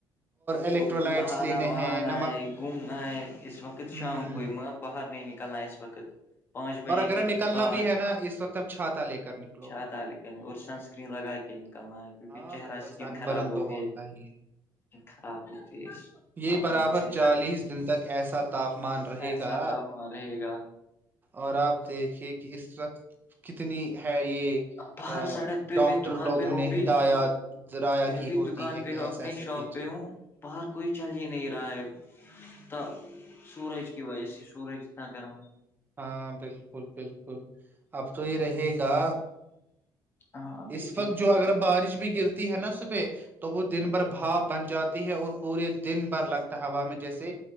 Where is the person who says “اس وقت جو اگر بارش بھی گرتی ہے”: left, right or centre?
Right